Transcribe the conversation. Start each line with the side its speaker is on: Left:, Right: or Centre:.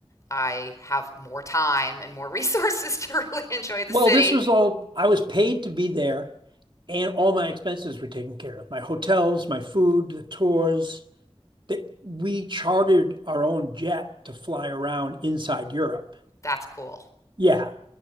Left: I have more time and more resources <laughs> to really enjoy the
Right: Well,
Left: city.
Right: this was all I was paid to be there and all my expenses were taken care of. My hotels, my food, the tours. That we chartered our own jet to fly around inside Europe.
Left: That's cool.
Right: Yeah,